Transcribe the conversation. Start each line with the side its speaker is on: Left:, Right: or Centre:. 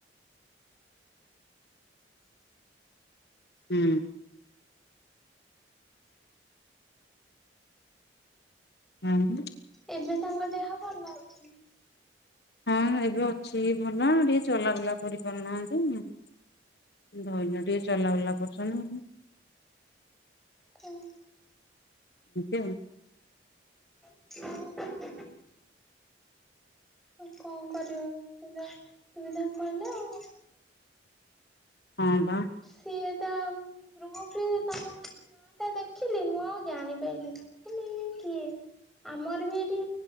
Left: ହୁଁ। ହୁଁ।
Centre: ଏବେ ତାଙ୍କ ଦେହ ଭଲ ଅଛି।
Left: ହଁ ଏବେ ଅଛି ଭଲ ଟିକେ ଚଲାବୁଲା କରି ପାରୁନାହାନ୍ତି। ଧରିଲ ଟିକେ ଚଲାବୁଲା କରୁଛନ୍ତି।
Centre: ଆଉ
Left: ଏଛ
Centre: ହଁ ଆଉ କଣ କରିବ ଏମିତି ଅସୁବିଧା ପଡ଼ିଲ ଆଉ।
Left: ହଁ ବା।
Centre: ସିଏଟ ଗୃହରେ ତାମ ସେଟା ଦେଖିଲି ମୁଁ ଆଉ ଜାଣିପାରିଲିନି ମୁଁ କହିଲି ଇଏ କିଏ। ଆମର ବି ଏଠି